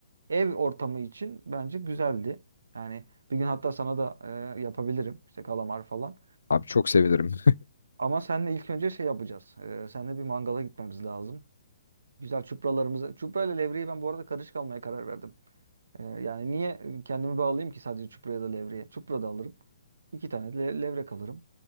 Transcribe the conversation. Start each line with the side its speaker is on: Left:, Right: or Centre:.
Right: ev ortamı için bence güzeldi. Yani bir gün hatta sana da e, yapabilirim işte kalamar falan.
Left: Abi çok sevinirim.
Right: Ama seninle ilk önce şey yapacağız. E, seninle bir mangala gitmemiz lazım. Güzel çupralarımızı. Çupra ile levreyi ben bu arada karışık almaya karar verdim. Ee, yani niye kendimi bağlayayım ki sadece çupraya da levreye? Çupra da alırım. İki tane de le- levrek alırım.